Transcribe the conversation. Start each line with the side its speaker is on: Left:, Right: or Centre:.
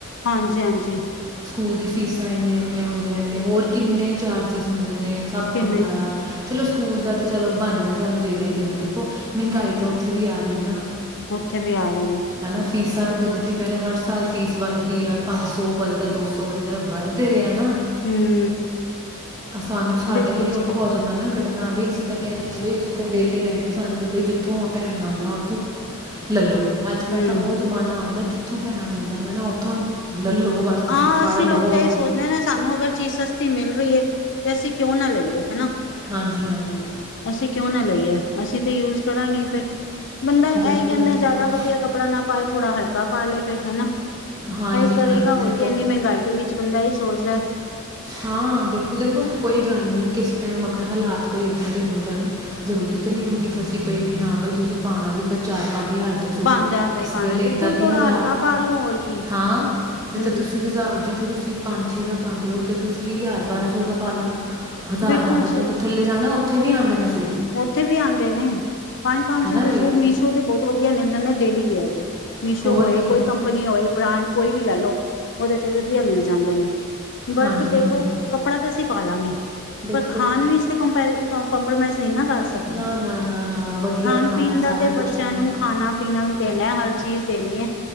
Left: ਹਾਂਜੀ ਹਾਂਜੀ
Right: ਸਕੂਲ ਦੀ ਫੀਸਾਂ ਇੰਨੀਆਂ ਇੰਨੀਆਂ ਹੁੰਦੀਆਂ ਨੇ ਹੋਰ ਕਿੰਨੇ ਚਾਰਜਿਸ ਹੁੰਦੇ ਨੇ। ਸਭ
Left: ਕਿੰਨੇ
Right: ਹੁੰਦਾ
Left: ਚ
Right: ਆ ਚਲੋ ਸਕੂਲ ਦਾ ਤੇ ਚਲੋ ਬਣ ਗਿਆ ਸਾਨੂੰ ਦੇਣਾ ਹੀ ਦੇਣਾ ਦੇਖੋ ਮਹਿੰਗਾਈ ਤਾਂ ਉੱਥੇ ਵੀ ਆ ਰੀ ਹੈ ਨਾ।
Left: ਉੱਥੇ ਵੀ ਆ ਹੂੰ
Right: ਹੈ ਨਾ ਫੀਸਾਂ ਤੇ ਵੱਧਦੀ ਪੈ ਨੇ ਹਰ ਸਾਲ ਫੀਸ ਵੱਧਦੀ ਆ ਪੰਜ ਸੌ ਵੱਧਦਾ ਦੋ ਸੌ ਵੱਧਦਾ ਵੱਧ ਤੇ ਰਹੇ ਹੈ ਨਾ।
Left: ਹਮ
Right: ਸਾਨੂੰ ਸਾਡੇ
Left: ਬਿਲਕੁਲ
Right: ਲਈ ਔਖਾ
Left: ਜੀ ਬਿਲਕੁਲ
Right: ਹੋ ਜਾਂਦਾ ਨਾ ਕੱਢਣਾ ਵੀ ਅਸੀਂ ਤਾਂ ਕਹਿੰਦੇ ਹਾਂ ਬਈ ਅਸੀਂ ਤਾਂ ਵਿਹਲੇ ਹੈਗੇਾਂ ਸਾਨੂੰ ਬਈ ਜਿੱਥੋਂ ਆਪਾਂ ਹੈਾਂਉਂ ਹਾਂ ਉੱਥੋਂ ਲੈ ਲਉ। ਅੱਜ ਕੱਲ੍ਹ
Left: ਹਮ
Right: ਤਾਂ ਉਹ ਜ਼ਮਾਨਾ ਹੋਏਗਾ। ਉੱਥੋਂ ਭੈਣਾ ਮਿਲਦਾ ਪਿਆ ਨਾ ਉੱਥੋਂ ਲੈ ਲਓ ਬਸ ਤੁਸੀਂ
Left: ਹਾਂ
Right: ਫੜ
Left: ਅਸੀਂ
Right: ਲਓ
Left: ਲੋਕ ਤਾਂ ਇਹੀ ਸੋਚਦੇ ਹਾਂ, ਸਾਨੂੰ ਅਗਰ ਚੀਜ਼ ਸਸਤੀ ਮਿਲ ਰਹੀਏ ਤੇ ਅਸੀਂ ਕਿਉਂ ਨਾ ਲਈਏ ਹਨਾ।
Right: ਹਾਂਜੀ ਹਾਂਜੀ
Left: ਅਸੀਂ ਕਿਉਂ ਨਾ ਲਈਏ। ਅਸੀਂ ਤੇ ਯੂਜ ਕਰਾਂਗੇ ਫ਼ੇਰ। ਬੰਦਾ
Right: ਬਿਲਕੁਲ
Left: ਇਹੀ ਕਹਿੰਦਾ
Right: ਬਿਲਕੁਲ
Left: ਜ਼ਿਆਦਾ ਵਧੀਆ ਕੱਪੜਾ ਨਾ ਪਾਏ ਥੋੜ੍ਹਾ ਹਲਕਾ ਪਾ ਲਏ ਫਿਰ ਹਨਾ।
Right: ਹਾਂਜੀ
Left: ਇਹੀ ਕਰੇਗਾ
Right: ਹਾਂਜੀ
Left: ਹੋਰ
Right: ਤੇ
Left: ਇੰਨੀ ਮਹਿੰਗਾਈ ਦੇ ਵਿੱਚ ਬੰਦਾ ਏਹੀ ਸੋਚਦਾ। ਆਹ। <unintelligible>
Right: ਹਾਂ ਬਿਲਕੁਲ, ਦੇਖੋ ਕੋਈ ਗੱਲ ਨਹੀਂ ਕਿਸ ਟਾਈਮ ਅਗਰ ਹਾਲਾਤ ਕੋਈ ਇੱਦਾਂ ਦੇ ਹੋ ਜਾਣ ਜ਼ਰੂਰੀ ਤਾਂ ਨਹੀਂ ਹੁੰਦੀ ਫਸੀ ਪਏ ਕਿ ਹਾਂ ਬਾਈ ਤੁਸੀਂ ਪਾਉਣਾ ਵੀ ਫਿਰ ਚਾਰ ਪੰਜ ਹਜ਼ਾਰ ਦੇ ਹੀ ਸੂਟ
Left: ਪੰਜ ਹਜ਼ਾਰ ਦਾ
Right: ਕਿਸੇ
Left: ਹੀ ਪਾਉਣਾ
Right: ਵੇਲੇ
Left: ਬਿਲਕੁਲ
Right: ਏਦਾਂ ਦੀ
Left: ਥੋੜਾ
Right: ਹਲਾਤ
Left: ਹਲਕਾ ਪਾ ਲੋ ਹੋਰ ਕੀ
Right: ਹਾਂ, ਜਿੱਥੇ
Left: ਹਮ
Right: ਤੁਸੀਂ ਹਜ਼ਾਰ ਜਿੱਥੇ ਤੁਸੀਂ ਤੁਸੀ ਪੰਜ ਛੇ ਦਾ ਪਾਉਂਦੇ ਹੋ। ਤੇ ਤੁਸੀਂ ਹਜ਼ਾਰ ਬਾਰਾਂ ਸੌ ਦਾ ਪਾ ਲਓ। ਹਜ਼ਾਰ
Left: ਬਿਲਕੁਲ
Right: ਬਾਰਾਂ
Left: ਜੀ
Right: ਸੌ ਤੋਂ ਥੱਲੇ ਜਾਣਾ ਔ ਉੱਥੇ ਵੀ ਆਂਦੇ ਨੇ ਸੂ।
Left: ਉੱਥੇ ਵੀ ਆਉਂਦੇ ਨੇ। ਪੰਜ ਪੰਜ
Right: ਹੈ
Left: ਸੌ
Right: ਨਾ
Left: ਦੇ ਸੂਟ
Right: ਬਈ
Left: ਮੀਸ਼ੋ ਤੇ ਬਹੁਤ ਵਧੀਆ ਮਿਲ ਜਾਂਦੇ। ਡੇਲੀ ਵੇਅਰ ਦੇ। ਮੀਸ਼ੋ
Right: ਹੋਰ
Left: ਹੋਏ,
Right: ਕੀ
Left: ਕੋਈ ਕੰਪਨੀ ਹੋਏ, ਬ੍ਰਾਂਡ ਕੋਈ ਵੀ ਲੈ ਲੋ ਉਹਦੇ ਤੇ ਵਧੀਆ ਮਿਲ ਜਾਂਦੇ ਨੇ। ਬਟ
Right: ਹਾਂਜੀ
Left: ਦੇਖੋ,
Right: ਹਾਂਜੀ
Left: ਕੱਪੜਾ ਤਾਂ ਅਸੀਂ ਪਾ ਲਾਂਗੇ, ਪਰ
Right: ਬਿਲਕੁਲ
Left: ਖਾਣ ਵਿੱਚ ਤਾਂ ਕੰਪੈਰ ਕੋ ਕੰਪਰੋਮਾਇਜ਼ ਨੀਂ ਨਾ। ਕਰ ਸਕਦੇ,
Right: ਨਾ ਨਾ ਨਾ ਨਾ ਵਧੀਆ
Left: ਖਾਣ
Right: ਖਾਣਾ
Left: ਪੀਣ ਦਾ
Right: ਸਾਰਾ
Left: ਤੇ ਬੱਚਿਆਂ
Right: ਕੁਝ ਕਰਨਾ
Left: ਨੂੰ ਖਾਣਾ ਪੀਣਾ ਵੀ ਦੇਣਾ ਹਰ ਚੀਜ਼ ਦੇਣੀ ਹੈ।